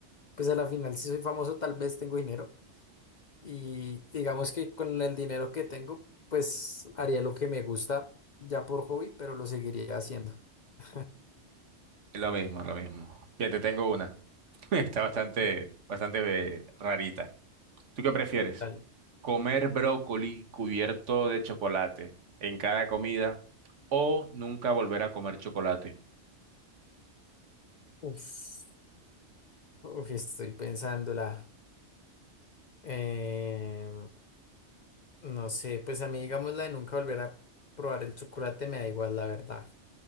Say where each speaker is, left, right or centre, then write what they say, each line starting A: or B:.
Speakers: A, on the left (about 50°); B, on the right (about 85°).
A: pues a la final si soy famoso tal vez tengo dinero y digamos que con el dinero que tengo pues haría lo que me gusta ya por hobby, pero lo seguiría haciendo. <laughs>
B: Lo mismo, lo mismo. Bien, te tengo una. <laughs> Está bastante,
A: Ok,
B: bastante eh, rarita. ¿Tú qué prefieres?
A: Dale.
B: ¿Comer brócoli cubierto de chocolate en cada comida o nunca volver a comer chocolate?
A: Uf, uf, estoy pensándola. Eh, no sé, pues a mí digamos la de nunca volver a probar el chocolate me da igual, la verdad.